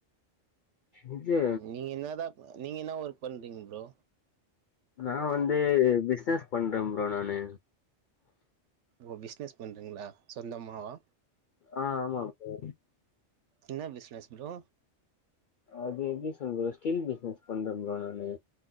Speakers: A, on the left; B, on the right.
A: இது
B: நீங்க என்னாதா நீங்க என்னா ஒர்க் பண்றீங்க ப்ரோ
A: நா வந்து பிசினஸ் பண்றே ப்ரோ நானு
B: ஓ பிஸ்னஸ் பண்றிங்ளா சொந்தமாவா
A: ஆ ஆமா ப்ரோ
B: என்ன பிசினஸ் ப்ரோ
A: அது எப்டி சொல்றது ஸ்டீல் பிசினஸ் பன்றே ப்ரோ நானு